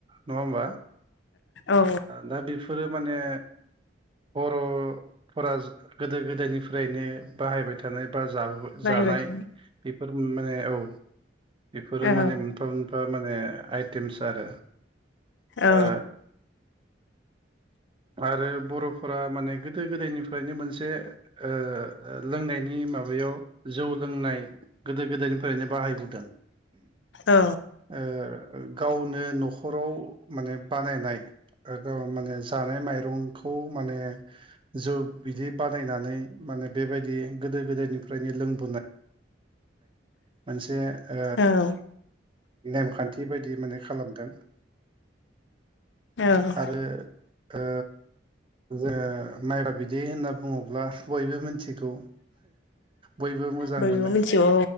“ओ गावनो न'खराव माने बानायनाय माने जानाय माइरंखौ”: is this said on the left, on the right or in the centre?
Right